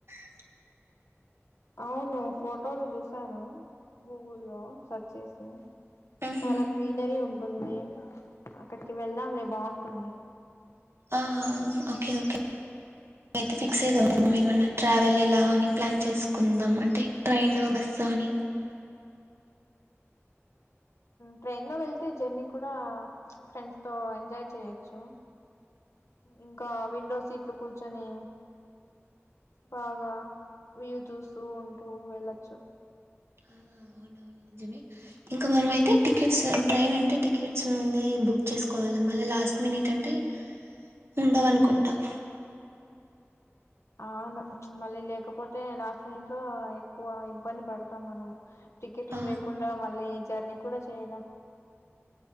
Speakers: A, on the right (about 60°); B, on the left (about 75°).
A: <unintelligible>
B: అవును ఫోటోలు చూసాను గూగుల్ లో సర్చ్ చేసి
A: ఉహు
B: చాలా గ్రీనరీ ఉంటుంది అక్కడికి వెళ్దాంలే బాగుంటుంది
A: ఆ ఓకే ఓకే అయితే ఫిక్స్ అయి మేమన్నా ట్రావెల్ ఎలా అని ప్లాన్ చేసుకుందాం అంటే ట్రైన్ బస్ సని
B: <unintelligible> ట్రైన్ లో వెళ్తే జర్నీ కూడా ఫ్రెండ్స్ తో ఎంజాయ్ చేయచ్చు ఇంకా విండో సీట్లు కూర్చొని బాగా వ్యూ చూస్తూ ఉంటూ వెళ్ళొచ్చు
A: ఆ, అవునవును నిజమే ఇంకా మనము అయితే టికెట్స్ ట్రైన్ అంటే టికెట్స్ ముంద బుక్ చేసుకోవాలి మళ్ళ లాస్ట్ మినిట్ అంటే అంటే ఉండవనుకుంటాం
B: అవును మళ్ళీ లేకపోతే లాస్ట్ మినిట్ లో ఎక్కువ ఇబ్బంది పడతాం మనము టికెట్లు
A: ఆ
B: లేకుండా మళ్ళీ జర్నీ కూడా చేయలేం